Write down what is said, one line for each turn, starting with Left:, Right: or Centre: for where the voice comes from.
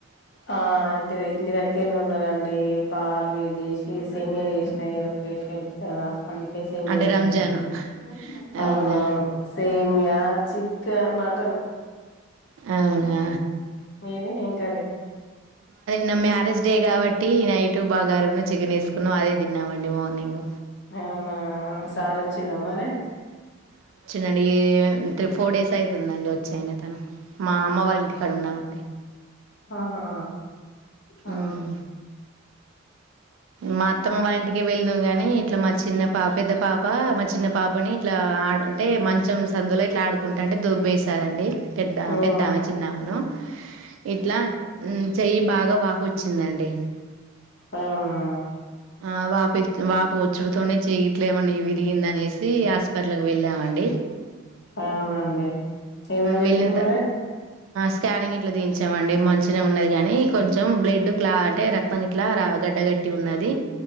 Left: ఆ ఇంటి ఇంటి దగ్గర నే ఉన్నారండి పాలు వేడి చేస్ సి సేమ్యా చేసినా ఇయాలా ఫేషియల్ కదా అందుకే సేమియా
Right: అంటే
Left: చేశానండి
Right: రంజాన్ అవునా
Left: అవునవును సేమ్యా చికెన్ మటన్
Right: అవునా
Left: మీది ఏం కర్రీ
Right: నా మ్యారేజ్ డే కాబట్టి నైట్ బాగారును చికెన్ ఏసుకున్నాం అదే తిన్నామండి మార్నింగ్
Left: అవునా మీ సార్ చిన్న మరి
Right: దండి తీ ఫోర్ డేస్ అయితుందండి వచ్చాయన తను మా అమ్మ వాళ్ళ ఇంటి కాడ ఉన్నామండి
Left: ఆహా ఆా
Right: ఉమ్. మా అత్తమ్మ వాళ్ళ ఇంటికి వెళ్దాం గాని ఇట్లా మా చిన్న పా పెద్ద పాప మా చిన్న పాపని ఇట్లా ఆ అంటే మంచం సందుల ట్లా ఆడుకుంట ఉంటే దొబ్బేస్తాదండి పెద్ద
Left: మ్మ్
Right: పెద్దమ చిన్నాామాను ఇట్లా
Left: మ్మ్
Right: చెయ్యి బాగా వా వాపొచ్చిందండి
Left: అవునా
Right: ఆ వాపు వాపు వచ్చుడితోనే చేయి గిట్ల ఏమన్నా విరిగింద అనేసి హాస్పిటల్కి వెళ్ళామండి
Left: అవునండి ఏమని చెప్పిరు
Right: వెళ్ళన త
Left: మరి
Right: స్కానింగ్ ఇట్లా దించామండి మంచినే ఉన్నది గానీ కొంచెం బ్లడ్ క్లా అంటే రక్తం గిట్లా రా గడ్డ గట్టి ఉన్నది